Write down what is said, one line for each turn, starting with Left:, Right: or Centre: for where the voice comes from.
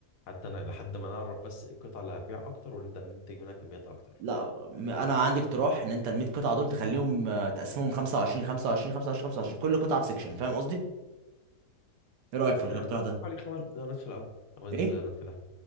Left: حتى أنا لحد ما نعرف بس إيه القطعة اللي هتبيع أكتر ونبدأ من ننتج منها كميات أكتر
Right: لا م- انا عندي اقتراح ان انت ال 100 قطعة دول تخليهم آه، تقسمهم 25 25 25 25 كل قطعة في سيكشن فاهم قصدي ايه رأيك
Left: ممكن
Right: في الاقتراح
Left: نعمل
Right: ده
Left: حوالي خمس ديزاينات في الأول خمس
Right: ايه
Left: ديزاينات كده